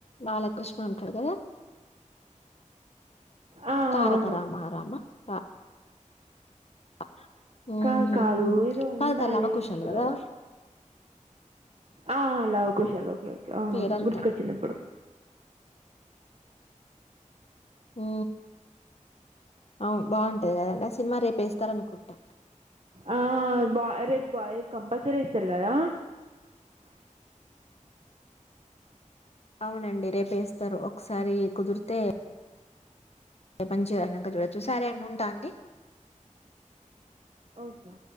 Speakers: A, on the left; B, on the right.
A: బాలకృష్ణ అంటాడు కదా
B: ఆ
A: తారక
B: అవును
A: రామ రామ రా మ్
B: కాదు
A: హు
B: కాదు ఏదో ఉండాలి
A: కాదు కాదు లవకూషాలు
B: అందులో
A: కదా
B: ఆ ఆ లవకుశలు ఓకే ఓకే అవునవును
A: పేరంతా
B: గుర్తుకొచ్చింది ఇప్పుడు
A: హు అవు బాగుంటుది కదా సినిమా రేపు వేస్తారనుకుంటా
B: ఆ బా రేపు బా కంపల్సరీ ఏస్తారు కదా
A: అవునండి రేపు ఏస్తారు ఒకసారి కుదిరితే పంచ్చి చేయనాక చూడచ్చు సారే అండి ఉంటా అండి
B: ఓకే